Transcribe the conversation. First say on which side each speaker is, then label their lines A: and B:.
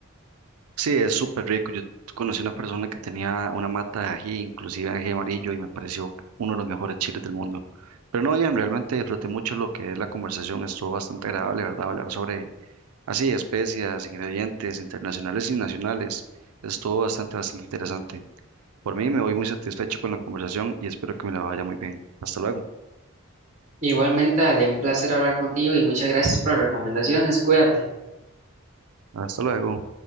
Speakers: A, on the right (about 85°); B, on the right (about 30°).
A: Sí, es súper rico. Yo conocí una persona que tenía una mata de ají, inclusive ají amarillo, y me pareció uno de los mejores chiles del mundo. Pero no, Ian, realmente disfruté mucho lo que es la conversación. Estuvo bastante agradable, ¿verdad? Hablar sobre así, especias, ingredientes internacionales y nacionales. Estuvo bastante, bastante interesante. Por mí me voy muy satisfecho con la conversación y espero que me la vaya muy bien. Hasta luego.
B: Igualmente, dale un placer hablar contigo y muchas gracias por las recomendaciones. Cuídate.
A: Hasta luego.